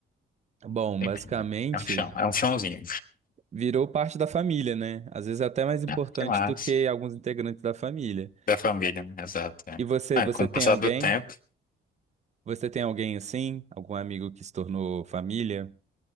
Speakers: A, on the right (about 35°); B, on the left (about 45°).
A: Bom,
B: Tempinho,
A: basicamente
B: né? É um chão, é um chãozinho.
A: virou parte da família, né? Às vezes é até mais importante
B: É, que massa.
A: do que alguns integrantes da família.
B: Da família, né? exato. É.
A: E você,
B: É,
A: você
B: com o
A: tem
B: passar
A: alguém?
B: do tempo,
A: Você tem alguém assim? Algum amigo que se tornou família?